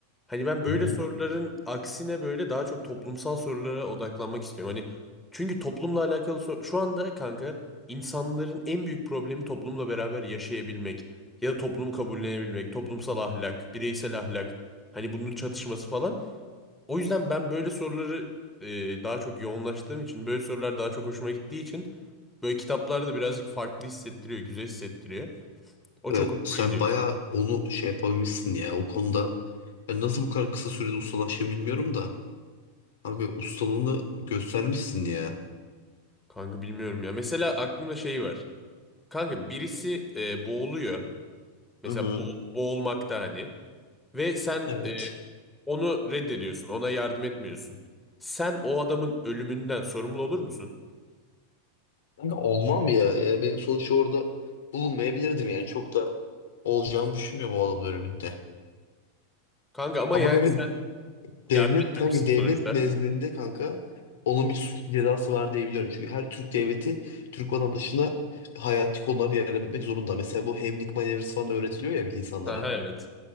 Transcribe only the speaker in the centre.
Hani ben böyle
soruların aksine böyle daha çok toplumsal sorulara odaklanmak istiyorum. Hani çünkü toplumla alakalı sor- şu anda kanka insanların en büyük problemi toplumla beraber yaşayabilmek ya da toplumu kabullenebilmek, toplumsal ahlak, bireysel ahlak, hani bunun çatışması falan. O yüzden ben böyle soruları e, daha çok yoğunlaştığım için böyle sorular daha çok hoşuma gittiği için böyle kitaplarda birazcık farklı hissettiriyor, güzel hissettiriyor. O
çok hoşuma
gidiyor.
Kanka bilmiyorum ya. Mesela aklımda şey var. Kanka birisi e, boğuluyor. Mesela
bo- boğulmakta hani. Ve sen
e, onu reddediyorsun. Ona yardım etmiyorsun. Sen o adamın ölümünden sorumlu olur musun?
Kanka ama
yani
sen yardım
etmemişsin
sonuçta.
Aha evet.